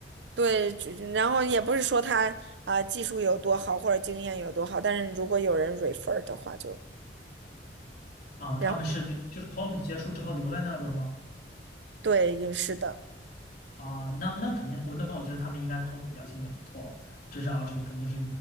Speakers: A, on the right; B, on the left.
A: 对，就然后也不是说他啊、呃技术有多好或者经验有多好，但是如果有人 refer 的话就，
B: 的啊。他们是留就是
A: 然后
B: COP 结束之后留在那儿了吗？
A: 对，也是的。
B: 啊，那那肯定，我那我觉得他们应该 COP 表现也不错，至少这个肯定是